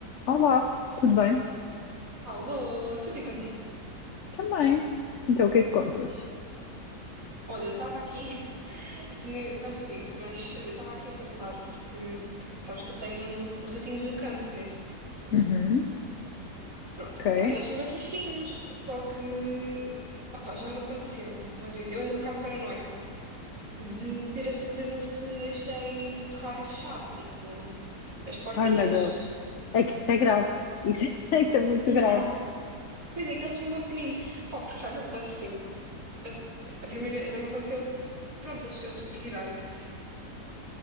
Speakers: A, on the left (about 55°); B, on the right (about 50°).
A: Olá, tudo bem?
B: Alô, tudo e contigo?
A: Também. Então, o que é que contas?
B: Olha, eu estava aqui, <laughs> tu, nem- tu vais-te rir, mas eu estava aqui a pensar, porque tu sabes que eu tenho ratinhos do campo, né?
A: Uhum,
B: Pronto,
A: ok.
B: opá, eles são bem fofinhos, só que opá, já me aconteceu uma vez, eu ando um bocado paranoica, de ter a certeza se deixei o terrário fechado, tipo, as portinhas.
A: Ai, meu Deus. É que isso é grave. Isso, <laughs> isso é muito
B: <laughs> Yeah.
A: grave.
B: Pois é que eles são bem pequeninos, pá, porque já me aconteceu, eh, a primeira, já me aconteceu, pronto, eles, eles pirarem-se.